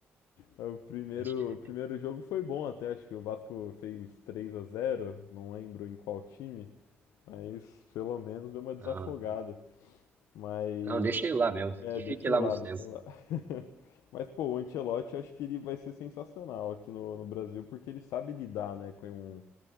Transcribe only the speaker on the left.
O primeiro,
o primeiro jogo foi bom até, acho que o Vasco fez 3 a zero não lembro em qual time, mas pelo menos deu uma desafogada.
Mas
é,
deixa
eu ir
lá, deixa
eu ir lá. <laughs> Mas pô, o Ancelotti acho que ele vai ser sensacional aqui no, no Brasil porque ele sabe lidar, né, com